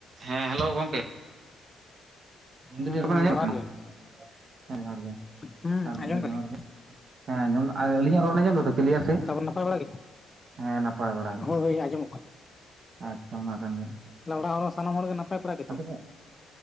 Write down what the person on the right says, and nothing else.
ᱦᱮᱸ ᱦᱮᱞᱳ ᱜᱚᱝᱠᱮ ᱢᱮᱱ
ᱫᱟᱞᱤᱧ ᱨᱚᱲ ᱟᱡᱚᱢᱚᱜ
ᱠᱟᱱᱟ ᱦᱮᱸ ᱡᱚᱦᱟᱨ ᱜᱮ,
ᱟᱨ ᱢᱤᱫ
ᱫᱷᱟᱣ
ᱡᱚᱦᱟᱨ ᱜᱮ᱾ ᱦᱮᱸ ᱟᱸᱡᱚᱢ ᱟᱹᱞᱤᱧᱟᱜ ᱨᱚᱲ ᱟᱸᱡᱚᱢ ᱫᱟᱛᱚ ᱠᱞᱤᱭᱟᱨ ᱥᱟᱹᱦᱤᱡ?
ᱦᱮᱸ ᱱᱟᱯᱟᱭ ᱵᱟᱲᱟ ᱜᱮ
ᱟᱪᱪᱷᱟ ᱚᱱᱟ ᱠᱟᱱ ᱜᱮ᱾
ᱟᱫᱚ